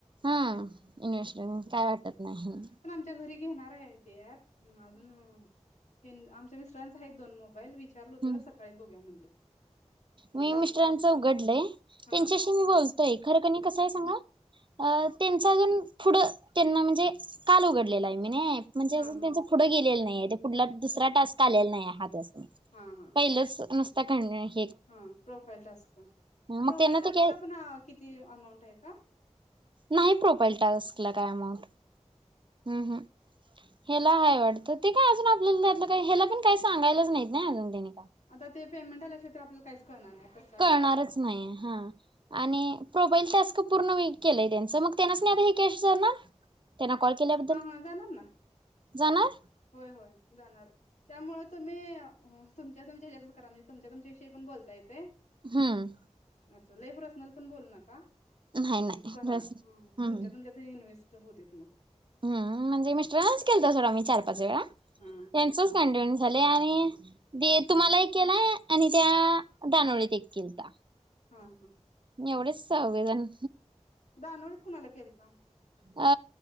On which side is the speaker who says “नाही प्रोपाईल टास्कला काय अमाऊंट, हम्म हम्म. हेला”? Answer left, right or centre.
Right